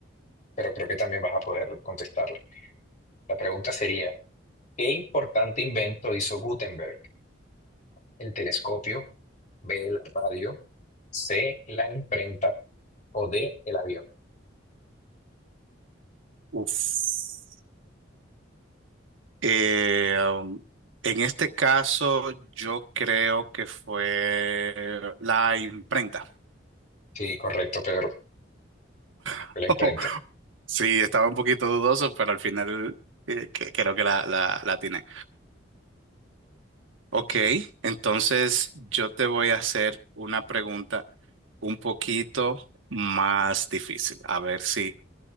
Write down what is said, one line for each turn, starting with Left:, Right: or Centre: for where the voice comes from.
Left: pero creo que también vas a poder contestarla. La pregunta sería, ¿qué importante invento hizo Gutenberg? ¿El telescopio, B, la radio, C, la imprenta o D, el avión?
Right: Uf. Eh, um, en este caso, yo creo que fue la imprenta.
Left: Sí, correcto, Pedro,
Right: <laughs>
Left: fue la imprenta.
Right: Sí, estaba un poquito dudoso, pero al final eh, que- creo que la, la, la atiné. Ok,
Left: Sí.
Right: entonces yo te voy a hacer una pregunta un poquito más difícil, a ver si